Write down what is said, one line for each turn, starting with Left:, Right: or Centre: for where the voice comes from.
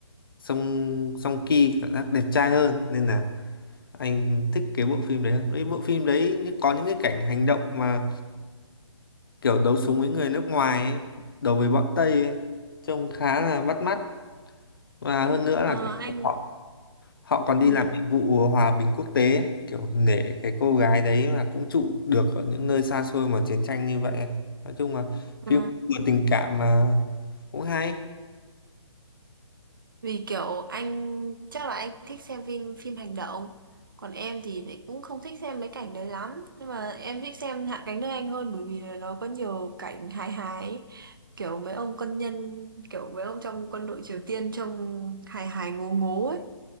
Left: Song Song Ki cảm giác đẹp trai hơn nên là anh thích cái bộ phim đấy hơn. Với bộ phim đấy như- có những cái cảnh hành động mà kiểu đấu súng với người nước ngoài ấy, đấu với bọn Tây ấy, trông khá là bắt mắt và hơn nữa là
Right: Ờ,
Left: cảnh
Right: anh
Left: họ họ còn đi
Right: Ừ.
Left: làm nhiệm vụ hòa bình quốc tế ấy, kiểu nể cái cô gái đấy mà cũng trụ được ở những nơi xa xôi mà chiến tranh như vậy nói chung là
Right: ờ,
Left: phim vừa tình cảm mà cũng hay
Right: vì kiểu anh chắc là anh thích xem phim phim hành động còn em thì lại cũng không thích xem mấy cảnh đấy lắm nhưng mà em thích xem Hạ cánh nơi anh hơn bởi vì là nó có nhiều cảnh hài hài ấy. kiểu mấy ông quân nhân kiểu mấy ông trong quân đội Triều Tiên trông hài hài ngố ngố ấy.